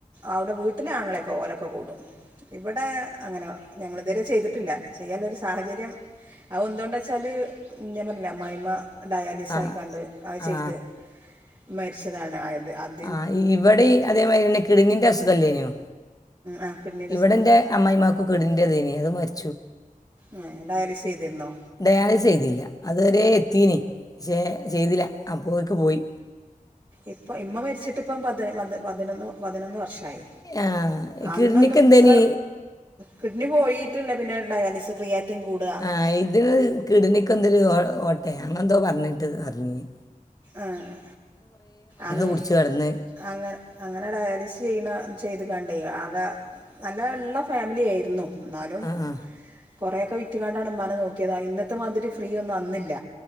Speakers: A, on the right (about 30°); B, on the left (about 25°).
A: അവിടെ വീട്ടില് ആങ്ങളെൊക്കെ ഓലൊക്കെ കൂട്ടും ഇവിടെ അങ്ങനെ ഞങ്ങള് ഇതുവരെ ചെയ്തിട്ടില്ല ചെയ്യാനൊരു സാഹചര്യം അത് എന്തുകൊണ്ടാ വെച്ചാല് ഞാൻ പറഞ്ഞില്ലേ അമ്മായിയമ്മ ഡയാലിസ്
B: ആ
A: ആയിക്കാണ്ട് അത് ചെയ്ത്
B: ആ
A: മരിച്ചതാണ് ആയത് അത്
B: ആഹ് ഇവിടെ ഈ അതേമാതിരി തന്നെ കിടിനിന്റെ അസുഖല്ലേനോ
A: ആ കിഡ്നിയുടെ
B: ഇവിടെന്റെ
A: സുഖം
B: അമ്മായിയമ്മക്ക് കിടിൻ്റേതീനി അത് മരി
A: ഉം ഡയാലിസ് ചെയ്തിരുന്നോ
B: ഡയാലിസ് ചെയ്തില്ല അതുവരെ എത്തീനി പക്ഷേ ചെയ്തില്ല അപ്പേക്ക് പോയി
A: ഇപ്പം ഇമ്മ മരിച്ചിട്ടിപ്പം പതി പ പതിനൊന്ന് പതിനൊന്ന് വർഷമായി
B: ആഹ്
A: അന്നൊന്നും
B: കിഡ്നിക്ക് എന്തേനി
A: ഇത്ര കിഡ്നി പോയീട്ടില്ല പിന്നെ ഡയാലിസി ക്രിയാറ്റിങ് കൂടുക
B: ആഹ് ഇത് കിട്നിക്ക് എന്തൊരു ഓട്ടയോ അങ്ങെന്തോ പറഞ്ഞിട്ട് പറഞ്ഞീനി
A: ആഹ് അങ്ങ
B: കുടിച്ച് കിടന്ന്
A: അങ്ങനെ അങ്ങനെ ഡയാലിസ് ചെയ്യണ ചെയ്ത്കാണ്ടെ ആകെ നല്ലോ ഉള്ള ഫാമിലി ആയിരുന്നു എന്നാലും
B: ആഹ്
A: കൊറെയൊക്കെ വിറ്റുകാണ്ടാണ് ഉമ്മേനെ നോക്കിയതാ ഇന്നത്തെമാതിരി ഫ്രീ ഒന്നും അന്നില്ല